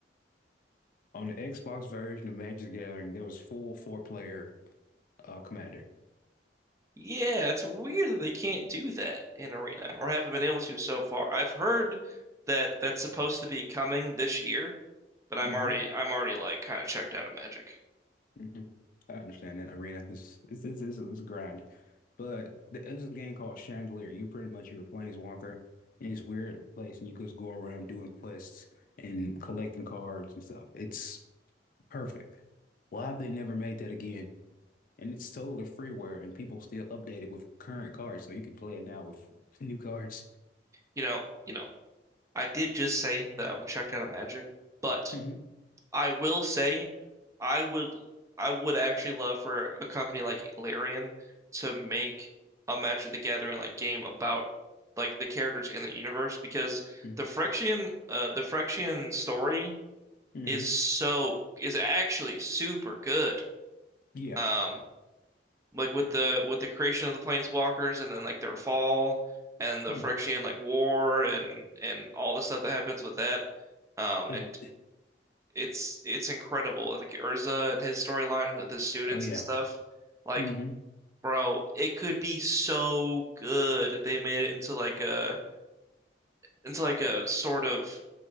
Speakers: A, on the left; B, on the right.
A: On the Xbox version of Magic the Gathering, there was full four player uh commander.
B: Yeah, it's weird that they can't do that in Arena or haven't been able to so far. I've heard that that's supposed to be coming this year, but I'm
A: Mhm.
B: already I'm already like kind of checked out of Magic.
A: hmm I understand that arena is it's it's it's, it's a grind, but th- there's a game called Chandelier. You pretty much you're a planeswalker in this weird place, and you just go around doing quests and collecting cards and stuff. It's perfect. Why have they never made that again? And it's totally freeware, and people still update it with current cards, so you can play it now with <laughs> new cards.
B: You know, you know, I did just say that I'm checked out of Magic, but
A: hmm
B: I will say I would I would actually love for a company like Larian to make a Magic the Gathering like game about like the characters in the universe because
A: hmm
B: the Phyrexian uh the Phyrexian story
A: <laughs>
B: is so is actually super good.
A: Yeah.
B: Um like with the with the creation of the planeswalkers and then like their fall and the
A: Mm.
B: Phyrexian like war and and all the stuff that happens with that um
A: Like,
B: and it's it's incredible like Urza and his storyline with his students
A: oh yeah.
B: and stuff like
A: hmm
B: bro it could be so good if they made it into like a into like a sort of